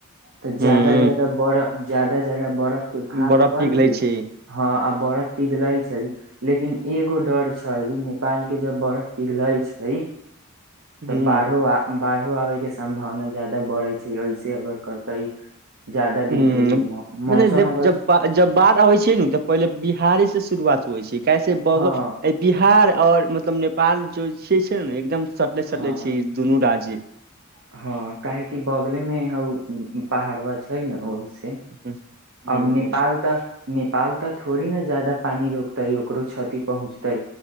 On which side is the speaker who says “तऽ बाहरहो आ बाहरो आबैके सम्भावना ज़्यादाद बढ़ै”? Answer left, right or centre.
Right